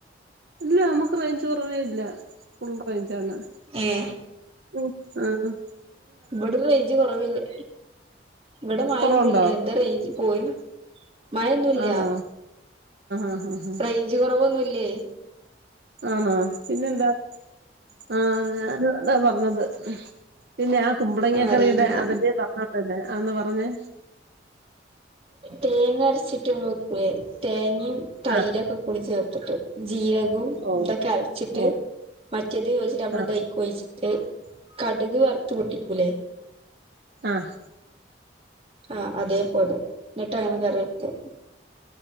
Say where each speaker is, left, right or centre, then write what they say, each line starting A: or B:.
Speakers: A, on the right (about 60°); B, on the right (about 30°).
A: ഇല്ല നമ്മുക്ക് റേഞ്ച് കുറവേ ഇല്ല ഫുൾ റേഞ്ചാണ്
B: ഏഹ്
A: ഉം ആഹ്
B: ഇവടെ റേഞ്ച് കൊറവ് തന്നെ ഇവിടെ മയ
A: കുറവുണ്ടോ
B: ഒന്നുവില്ല എന്റെ റേഞ്ച് പോയി മഴയൊന്നുവില്ല
A: ആണോ ആഹ് ആഹ് ആഹ്
B: റേഞ്ച് കൊറവൊന്നും ഇല്ലേ
A: ആണോ പിന്നെന്താ ആഹ് ഞാനും അതാ പറഞ്ഞത് പിന്നെ ആ കുമ്പളങ്ങ
B: അറിയില്ല
A: കറിയുടെ അതിന്റെ പറഞ്ഞോണ്ട് തന്നെ ആന്ന് പറഞ്ഞ്
B: തേങ്ങ അരച്ചിട്ടും വെക്കുവേ തേങ്ങയും തൈരൊക്കെ
A: ആ
B: കൂടി ചേർത്തിട്ട് ജീര കവും
A: ഓ
B: ഇതൊക്കെ അരച്ചിട്ട്
A: ഓ
B: മറ്റേത് വെച്ചിട്ട് നമ്മള്
A: ആഹ്
B: ഇത് അയിക്ക് ഒഴി ച്ചിട്ട് കടുക് വറുത്ത് പൊട്ടിക്കൂലേ
A: ആഹ്
B: ആഹ് അതേപോലെ എന്നിട്ട് വേണം കറിവെക്കാൻ